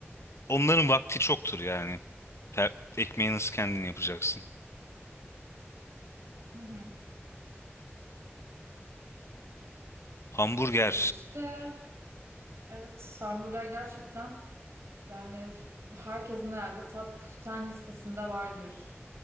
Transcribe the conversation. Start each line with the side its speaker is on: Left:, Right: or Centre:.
Left: onların vakti çoktur yani. Ter- ekmeği nasıl kendin yapacaksın?
Right: Hı hı.
Left: Hamburger
Right: Ee, işte evet hamburger gerçekten yani herkesin herhalde top 10 listesinde vardır.